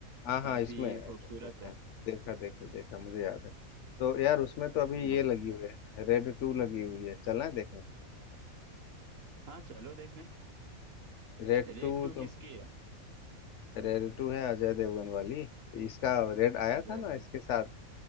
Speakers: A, on the left; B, on the right.
A: हाँ हाँ
B: काफी
A: इसमें अच्छा
B: खूबसूरत
A: अच्छा
B: है
A: अच्छा देखा देखा देखा मुझे याद है तो यार उसमें तो अभी
B: हाँ
A: ये लगी हुई है रेड टू लगी हुई है चलना है देखने
B: हाँ चलो देखने
A: रेड
B: रेड
A: टू
B: टू
A: तो
B: किसकी है
A: रेड टू है अजय देवगन वाली इसका रेड आया
B: अजय
A: था ना
B: देव।
A: इसके साथ